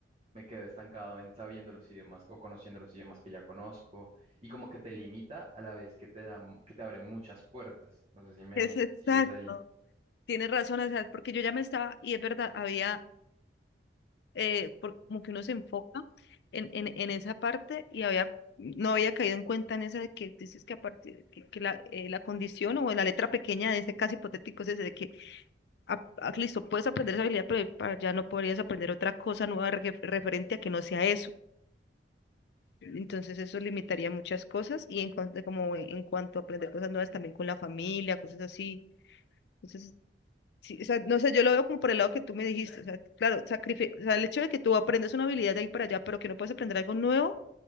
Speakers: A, on the right; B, on the left.
A: me quedo estancado en sabiendo los idiomas o conociendo los idiomas que ya conozco. Y como que te limita a la vez que te da, que te abre muchas puertas. No sé si me
B: es exacto.
A: sigues ahí.
B: Tienes razón, o sea, porque yo ya me estaba, y es verdad, había eh, por- como que uno se enfoca en, en, en esa parte y había, no había caído en cuenta en esa de que dices que, a partir, que, que la, eh, la condición o la letra pequeña de ese caso hipotético es ese de que, ah, ah, listo, puedes aprender esa habilidad, pero pa- ya no podrías aprender otra cosa nueva re- referente a que no sea eso. Entonces eso limitaría muchas cosas y en cuanto, como en cuanto a aprender cosas nuevas también con la familia, cosas así. Entonces Sí, o sea, no sé, yo lo veo como por el lado que tú me dijiste, o sea, claro, sacrifi- o sea, el hecho de que tú aprendas una habilidad de ahí para allá, pero que no puedes aprender algo nuevo,